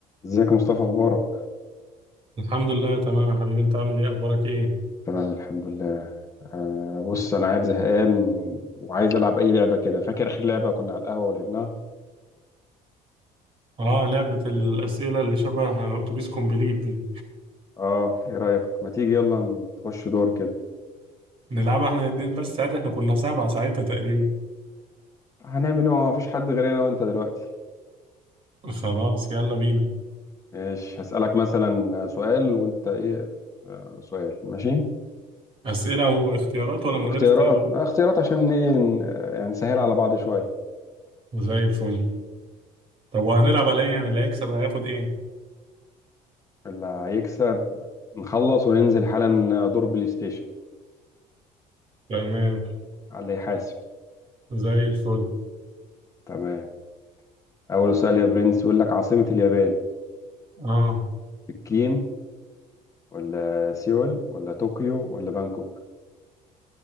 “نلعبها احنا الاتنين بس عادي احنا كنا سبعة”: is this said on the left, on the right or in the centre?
Right